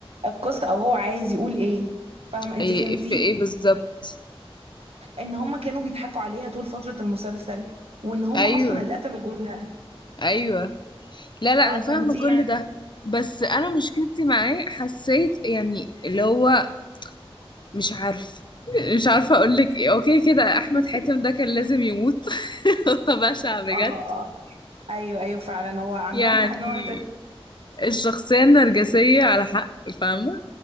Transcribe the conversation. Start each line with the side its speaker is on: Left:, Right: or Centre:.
Right: القصه او هو عايز يقول ايه فاهمه انتي
Left: إيه
Right: فهمتيه
Left: في ايه بالظبط
Right: ان هم كانوا بيضحكوا عليها طول فتره المسلسل وان هم
Left: ايوه
Right: اصلا اللي قتلوا جوزها
Left: ايوه لا لا
Right: اه
Left: انا
Right: فهمتيه
Left: فاهمه كل
Right: يعني
Left: ده بس انا مشكلتي معاه حسيت يعني اللي هو مش عارف مش عارفه اقول لك ايه اوكي كده
Right: <laughs>
Left: احمد حاتم ده كان لازم يموت <laughs> هو بشع بجد
Right: اه اه ايوه ايوه فعلا هو عندهم
Left: يعني
Right: حق ان هو يقتل-
Left: الشخصيه النرجسيه على حق فاهمه